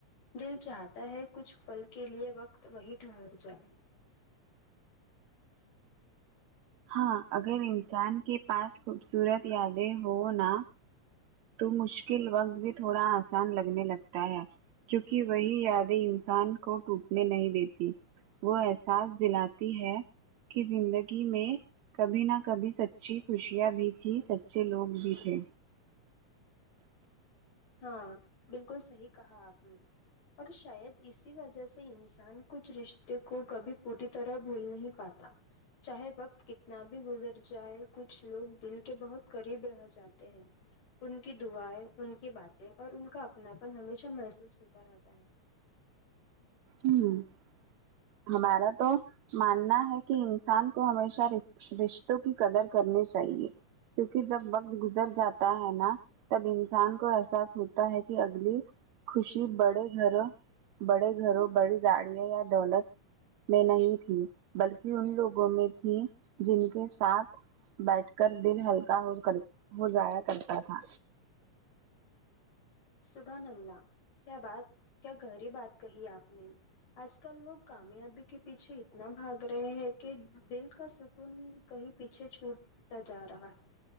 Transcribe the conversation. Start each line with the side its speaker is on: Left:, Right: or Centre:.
Left: دل چاہتا ہے کچھ پل کے لیے وقت وہی ٹھہر جائے
Right: ہاں اگر انسان کے پاس خوبصورت یادیں ہوں نہ تو مشکل وقت بھی تھوڑا آسان لگنے لگتا ہے کیونکہ وہی یادیں انسان کو ٹوٹنے نہیں دیتی وہ احساس دلاتی ہے کہ زندگی میں کبھی نہ کبھی سچی خوشیاں بھی تھی سچے لوگ بھی تھے
Left: ہاں بالکل صحیح کہا آپ نے اور شاید اسی وجہھ سے انسان کچھ رشتے کو کبھی پوری طرح بھول نہیں پاتا چاہے وقت کتنا بھی گزر جائے کچھ لوگ دل کے بہت قریب رہ جاتے ہیں ان کی دعائیں ان کی باتیں اور ان کا اپناپن ہمیشہ محسوس ہوتا رہتا ہے
Right: اممم ہمارا تو ماننا ہے کہ انسان کو ہمیشہ رش رشتوں کی قدر کرنی چاہیے کیونکہ جب وقت گزر جاتا ہے نہ تب انسان کو احساس ہوتا ہے کہ اگلی خوشی بڑے گھروں بڑے گھروں بڑی گاڑیاں یا دولت میں نہیں تھی بلکہ ان لوگوں میں تھی جن کے ساتھ بیٹھ کر دل ہلکا ہو کر ہو جایا کرتا تھا
Left: سبحان اللہ کیا بات کیا گہری بات کہی آپ نے آج کل لوگ کامیابی کے پیچھے اتنا بھاگ رہے ہیں کہ دل کا سکون کہیں پیچھے چھوٹتا جا رہا ہے